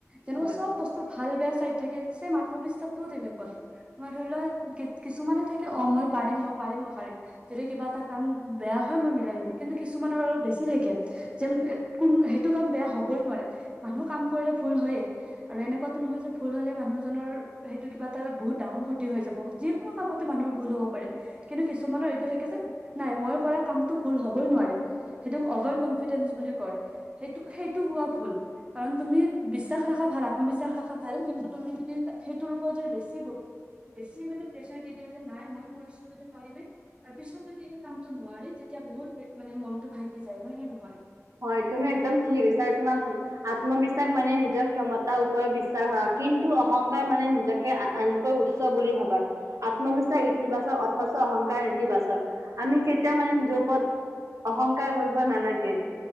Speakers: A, on the right (about 20°); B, on the right (about 70°).
A: এনেকুৱা
B: হয়
A: চব বস্তু ভাল বেয়া চাইড থাকে যে মানুহ বিশ্বাস তো তেনেকুৱা তোমাৰ ধৰিলোৱা কিছ কিছুমানে থাকে অ মই পাৰিম মই পাৰিম মই পাৰিম। যদি কিবা এটা কাম বেয়া হয় মই মিলাই লম কিন্তু কিছুমানৰ অলপ বেছি থাকে যেন কোনো সেইটো কাম বেয়া হ'বই নোৱাৰে মানুহ কাম কৰিলে ভুল হয়ে আৰু এনেকুৱাটো নহয় যে ভুল হ'লে মানুহজনৰ সেইটো কিবা এটা বহুত ডাঙৰ ক্ষতি হৈ যাব যিকোনো কামতে মানুহৰ ভুল হ'ব পাৰে। কিন্তু কিছুমানৰ এইটো থাকে যে নাই মই কৰা কামতটো ভুল হবই নোৱাৰে সেইটোক অভাৰ কনফ ফিডেণ্টছ বুলি কয় সেইটো সেইটো হোৱা ভুল কাৰণ তুমি বিশ্বাস ৰাখা ভাল আত্মবিশ্বাস ৰাখা ভাল কিন্তু তুমি যদি সেইটোৰ ওপৰত যদি বেছি গু বেছি মানে প্ৰেছাৰ দি দিয়া যে নাই মই কৰিছোঁ যদি পাৰিমে আৰু পিছত যদি সেই কামটো নোৱাৰি তেতিয়া বহুত বে মানে মনটো ভাঙি যায় হয় নে নহয়।
B: হয় তুমি একদম ঠিকে কৈছা তোমাৰ শু আত্মবিশ্বাস মানে নিজৰ ক্ষমতাৰ ওপৰত বিশ্বাস হোৱা কিন্তু টো অহংকাৰ মানে নিজকে আনতকৈ উচ্চ বুলি ভাবা আত্মবিশ্বাস ইতিবাচক অথচ অহংকাৰ নেতিবাচক আমি কেতিয়াও মানে নিজৰ ওপৰত অহংকাৰ কৰিব নালাগে